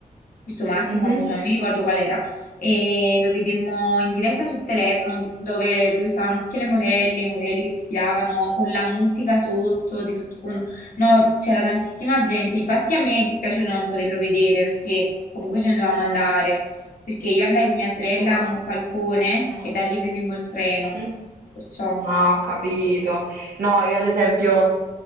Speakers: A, on the left; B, on the right.
A: Questo marchio
B: Mhm.
A: famoso, non mi ricordo qual era e lo vedemmo in diretta sul telefono dove, dove stavano tutte le modelle, i modelli che sfilavano con la musica sotto, di sottofondo. No, c'era tantissima gente, infatti a me è dispiaciuto non poterlo vedere perché comunque ce ne dovevamo andare, perché io andai con mia sorella
B: Io no.
A: a Monfalcone
B: Mm.
A: e da lì prendemmo il treno,
B: Mhm.
A: perciò...
B: Ah, ho capito. No, io ad esempio,